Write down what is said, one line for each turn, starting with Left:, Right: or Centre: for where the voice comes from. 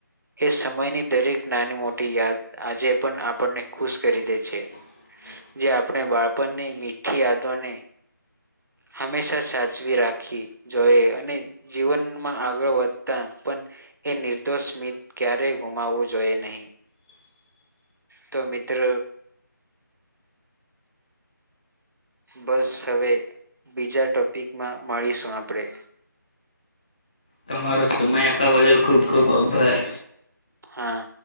Right: એ સમયની દરેક નાની મોટી યાદ આજે પણ આપણને ખુશ કરી દે છે.
Left: હ <inaudible>
Right: જે આપણે બાળપણની મીઠી યાદોને હંમેશા સાચવી રાખી જોએ અને જીવનમાં આગળ વધતા પણ એ નિર્દોષ સ્મિત ક્યારેય ગુમાવવું જોઈએ નહીં.
Left: <unintelligible> <inaudible>
Right: તો મિત્ર બસ હવે બીજા ટોપિકમાં મળીશું, આપણેે
Left: તમારો સમય આપવા બદલ ખુબ ખુબ આભાર.
Right: હા.